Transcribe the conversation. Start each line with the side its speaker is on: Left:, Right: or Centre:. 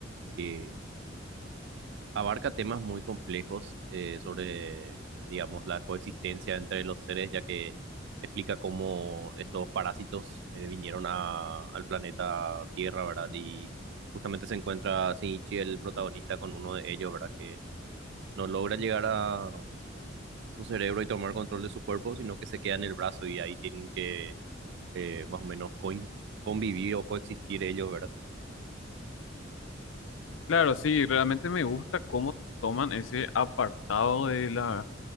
Right: que abarca temas muy complejos eh, sobre, digamos, la coexistencia entre los seres, ya que explica cómo estos parásitos eh, vinieron a, al planeta Tierra, ¿verdad? Y justamente se encuentra Shinichi, el protagonista, con uno de ellos, ¿verdad? Que no logra llegar a a su cerebro y tomar control de su cuerpo, sino que se queda en el brazo y ahí tienen que eh, más o menos coin- convivir o coexistir ellos, ¿verdad?
Left: Claro, sí, realmente me gusta cómo toman ese apartado de la